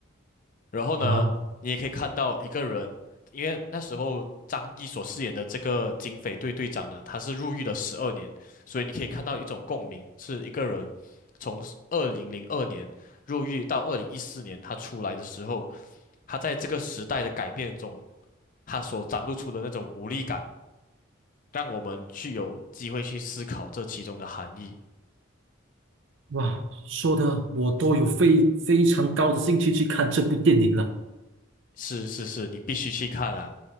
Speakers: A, on the left (about 40°); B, on the right (about 65°).
A: 然后呢，
B: 好，
A: 你也可以看到一个人，因为那时候张译所饰演的这个警匪队队长呢，他是入狱了十二年，所以你可以看到一种共鸣，是一个人从二零零二年入狱到二零一四年他出来的时候，他在这个时代的改变中。它所展露出的那种无力感，让我们去有机会去思考这其中的含义。
B: 哇，说的我都有非非常高的兴趣去看这部电影了。
A: 是是是，你必须去看啊。